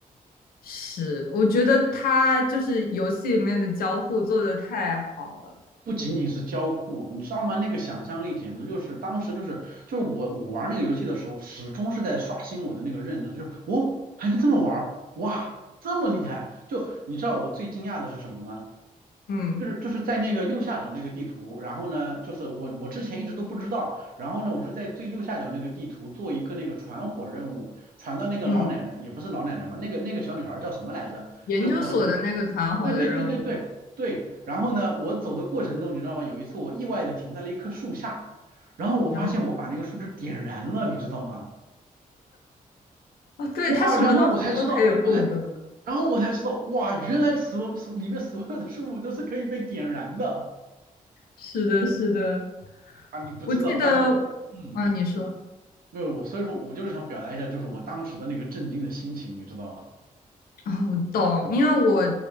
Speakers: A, on the left (about 90°); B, on the right (about 75°).
A: <laughs> 是，我觉得他就是游戏里面的交互做的太好了。
B: 不仅仅是交互，你知道吗？那个想象力简直就是当时就是就是我我玩那个游戏的时候，始终是在刷新我的那个认知，就是哦还能这么玩儿哇这么厉害！就你知道我最惊讶的是什么吗？
A: 嗯
B: 就是就是在那个右下角那个地图，然后呢，就是我我之前一直都不知道，然后呢，我是在最右下角那个地图做一个那个传火任务，传到那个老奶奶也不是老奶奶吧，
A: 嗯，
B: 那个那个小女孩叫什么来着？
A: 研究所的那个团伙的任务，
B: 就是活了很对对对对对对，然后呢，我走的过程中，你知道吗？有一次我意外的停在了一棵树下，然后我发现我把那个树枝点燃了，
A: 然后
B: 你知道吗？
A: 哦，对，
B: 哇，
A: 他什么东西都可以互动。
B: 然后我才知道，我才，然后我才知道，哇，原来所所里面所有的树木都是可以被点燃的
A: 是的，是的，
B: 啊！你不知道当时，
A: 我记得，
B: 嗯，
A: 啊，你说
B: 没有我，所以说我就是想表达一下，就是我当时的那个震惊的心情，你知道吗？
A: 啊，我懂，因为我